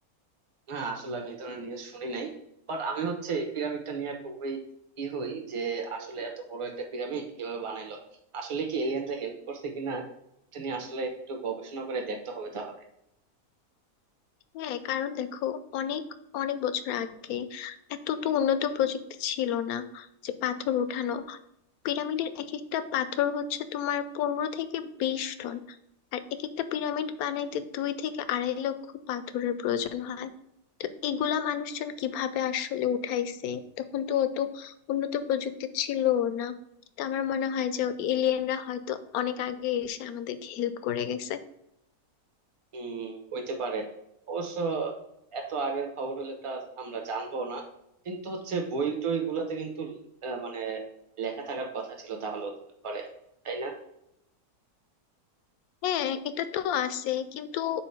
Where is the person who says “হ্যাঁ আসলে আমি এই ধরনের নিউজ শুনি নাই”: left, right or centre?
Right